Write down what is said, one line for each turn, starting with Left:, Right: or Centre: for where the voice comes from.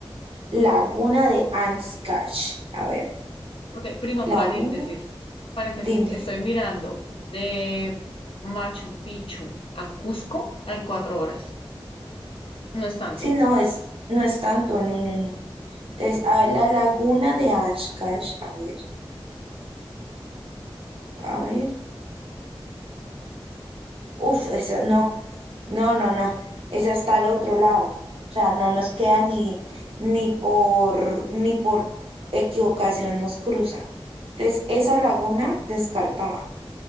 Right: Laguna de Ancash. A ver,
Left: Ok, prima,
Right: Laguna,
Left: paréntesis, paréntesis.
Right: dime.
Left: Estoy mirando de Machu Picchu a Cusco, hay cuatro horas. No es tanto.
Right: Sí, no es, no es tanto, no, no, no. Entonces, a ver, la Laguna de Ancash, a ver, a ver. Uf, esa, no, no, no, no. Esa está al otro lado. O sea, no nos queda ni, ni por, ni por equivocación nos cruza. Entonces, esa laguna descartada,